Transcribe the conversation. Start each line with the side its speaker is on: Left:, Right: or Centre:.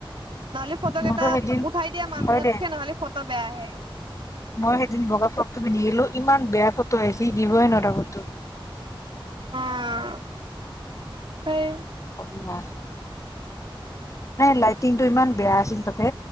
Right: নহলে ফটোকেইটা
Left: মোৰতো সেইদিন
Right: উঠাই দিয়া মানুহ
Left: হয়
Right: নাথকে
Left: দে
Right: নহ'লে ফটো বেয়া আহে।
Left: মই সেইদিন বগা ফ্ৰকটো পিন্ধি গলো ইমান বেয়া দিবই নটা বত <unintelligible>
Right: অ' ঢেই
Left: অ <unintelligible> ন লাইটিং টো ইমান বেয়া আছিল তাতে।